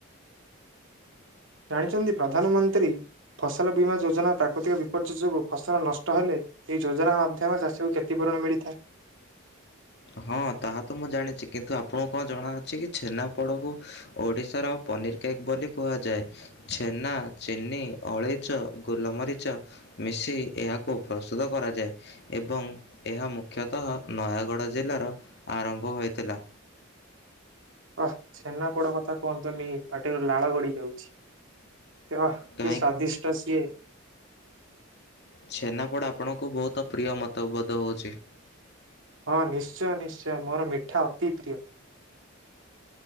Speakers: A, on the right; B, on the left.
A: ଜାଣିଚନ୍ତି ପ୍ରଧାନମନ୍ତ୍ରୀ ଫସଲ ବୀମା ଯୋଜନା ପ୍ରାକୃତିକ ବିପର୍ଯ୍ୟୟ ଯୋଗୁଁ ଫସଲ ନଷ୍ଟ ହେଲେ ଏହି ଯୋଜନା ମାଧ୍ୟ ମ ଚାଷୀ କ୍ଷତି ପୂରଣ ମିଳିଥାଏ।
B: ହଁ ତାହା ତ ମୁଁ ଜାଣିଛି କିନ୍ତୁ ଆପଣଙ୍କୁ କଣ ଜଣାଅଛି କି ଛେନା ପୋଡକୁ ଓଡିଶାର ପନିର୍ କେକ୍ ବୋଲି କୁହାଯାଏ। ଛେନା, ଚିନି, ଅଳେଇଚ, ଗୋଲମରିଚ ମିଶି ଏହାକୁ ପ୍ରସ୍ତୁତ କରାଯାଏ ଏବଂ ଏହା ମୁଖ୍ୟତଃ ନୟାଗଡ଼ ଜିଲ୍ଲାର ଆରମ୍ଭ ହୋଇଥିଲା।
A: ଓଃ ଛେନା ପୋଡ କଥା କୁହନ୍ତୁନି, ପାଟିରୁ ଲାଳ ଗଡି ଯାଉଛି। କିବା
B: କାହିଁ
A: କି ସ୍ୱାଦିଷ୍ଟ ସିଏ।
B: ଛେନାପୋଡ଼ ଆପଣଙ୍କୁ ବହୁତ ପ୍ରିୟ ମତବୋଧ ହଉଚି।
A: ହଁ ନିଶ୍ଚୟ ନିଶ୍ଚୟ, ମୋର ମିଠା ଅତି ପ୍ରିୟ।